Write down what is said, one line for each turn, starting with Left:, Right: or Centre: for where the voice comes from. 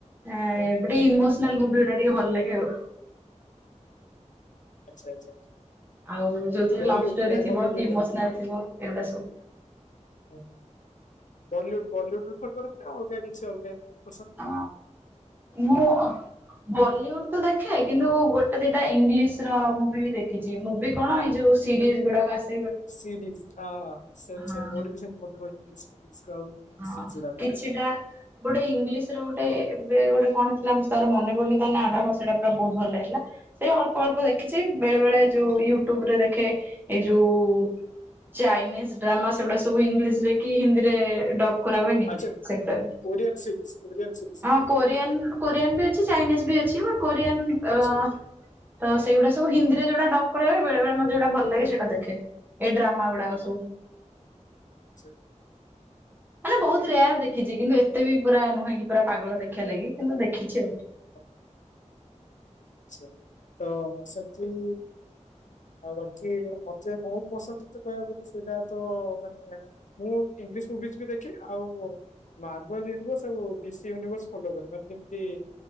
Right: ଆଁ
Left: ହୁଁ ହୁଁ।
Right: ଗୋଟେ ଇମୋସନାଲ ମୁଭି ଗୁଡା ଟିକେ ଭଲ ଲାଗେ ଆଉ।
Left: ଆଚ୍ଛା ଆଚ୍ଛା।
Right: ଆଉ ଯୋଉଥିରେ
Left: ବଲିଉଡ
Right: ଲଭ ଷ୍ଟୋରି
Left: ପ୍ରାୟ
Right: ଥିବ
Left: ବଲିଉଡ
Right: କି
Left: ଦେଖନ୍ତି?
Right: ଇମୋସନାଲ ଥିବ ଏଇଗୁଡା ସବୁ‌।
Left: ହୁଁ ହୁଁ ବଲିଉଡ୍ ବଲିଉଡ୍ ପ୍ରିଫର କରନ୍ତି ନା ଅଲଗା କିଛି ଅଲଗା ଏମତି ପସନ୍ଦ। <inaudible>
Right: ଅ ମୁଁ ଅ। ବଲିଉଡ ତ ଦେଖେ କିନ୍ତୁ ଗୋଟେ ଦିଟା ଇଂଲିଶ ର ମୁଭି ବି ଦେଖି ଚି ମୁଭି କଣ ଏଇ ଯୋଉ ସରିଜ ଗୁଡାକ ଆସି
Left: ସିରିଜ ଅଁ ସେମ୍
Right: ହଁ।
Left: ସେସ୍ ମୋର ବି ସେମ ମତେ ଭାଇ ଇଂଲିଶ। ମୁଭିଯ୍ ଆଉ ଇଂଲିଶ
Right: ହଁ
Left: ସିରିଜର ଗୁଡା
Right: କିଛିଟା
Left: ଭଲ ଲାଗେ ମତେ।
Right: ଗୋଟେ ଇଂଲିଶ ର ଗୋଟେ ଏବେ ଗୋଟେ କଣ ଥିଲା ତାର ମନେ ପଡୁନି ତା ନା ଟା ମତେ ସେଇଟା ପୁରା ବହୁତ ଭଲ ଲାଗିଥିଲା। ସେଇ ଅଳ୍ପ ଅଳ୍ପ ଦେଖିଛି ବେଳେ ବେଳେ ଯୋଉ ୟୁଟ୍ୟୁବ ରେ ଦେଖେ ଏଇ ଯୋଉ। ଚାଇନିଜ ଡ୍ରାମା ସେଗୁଡ଼ା ସବୁ ଇଂଲିଶ ରେ କି ହିନ୍ଦୀରେ ଡବ କରା ହୁଏନି
Left: ଆଚ୍ଛା
Right: ସେଗୁଡାକୁ
Left: କୋରିଆନ ସିରିଜ କୋରିଆନ ସିରିଜ
Right: ହଁ
Left: ରାଇଟ
Right: କୋରିଆନ୍। କୋରିଆନ୍ ବି ଅଛି, ଚାଇନିଜ ବି ଅଛି ବ କୋରିଆନ୍ ଅ।
Left: ଆଚ୍ଛା ହୁଁ
Right: ତ ସେଇଗୁଡା ସବୁ ହିନ୍ଦୀରେ ଯୋଉ ଗୁଡା ଡବ କରାହୁଏ ବେଳେ ବେଳେ ମତେ ଯୋଉଟା ଭଲ ଲାଗେ ସେଇଟା
Left: ହୁଁ
Right: ଦେଖେ। ଏ ଡ୍ରାମା ଗୁଡାକ
Left: ହଁ
Right: ସବୁ।
Left: ସେ ଆଚ୍ଛା
Right: ମାନେ ବହୁତ ରେୟାର ଦେଖିଛି କିନ୍ତୁ ଏତେ ବି ପୁରା ନୁହେଁ କି ପୁରା ପାଗଳ ଦେଖିବା ଲାଗି କିନ୍ତୁ ଦେଖିଛି ଆଉ।
Left: ଓ। ଆଛା ତ ସେମତି। ଆଉ ବାକି ମତେ ମୋ ପସନ୍ଦରେ ତ କହିବାକୁ ଗଲେ ସେଇଟା ତ ମାନେ। ମୁଁ ଇଂଲିଶ ମୁଭିଜ ବି ଦେଖେ ଆଉ। ମାର୍ବଲ ୟୁନିଭର୍ସ ଆଉ ବିସି ୟୁନିଭର୍ସ ଫଲୋ କରେ ମାନେ ବାସ ସେତିକି